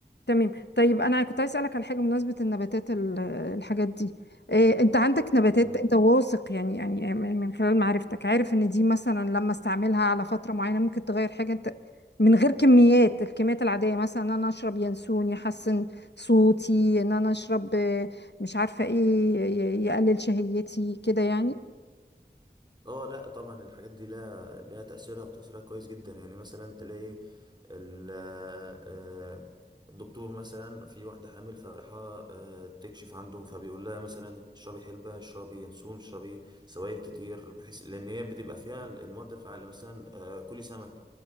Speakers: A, on the left; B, on the right.
A: تمام طيب انا كنت عايز اسالك على حاجه بمناسبه النباتات ال- آه، الحاجات دي إيه انت عندك نباتات
B: الاساسي
A: انت واثق يعني يعني من من خلال معرفتك عارف ان دي مثلا لما استعملها على فتره معينه ممكن تغير حاجه انت من غير كميات الكميات العاديه مثلا ان انا اشرب ينسون يحسن صوتي ان انا اشرب آه، مش عارفه ايه ي- يقلل شهيتي كده يعني
B: اه لا طبعا الحاجات دي لها لها تأثيرها وتأثيرها كويس جدا يعني مثلا تلاقي ال- آه، الدكتور مثلا في واحدة حامل فراحة آه، تكشف عندهم فبيقول لها مثلا اشربي حلبة اشربي ينسون اشربي سوائل كتير بحيث لأن هي بتبقى فيها المواد الفعالة مثلا آه، كلي سمك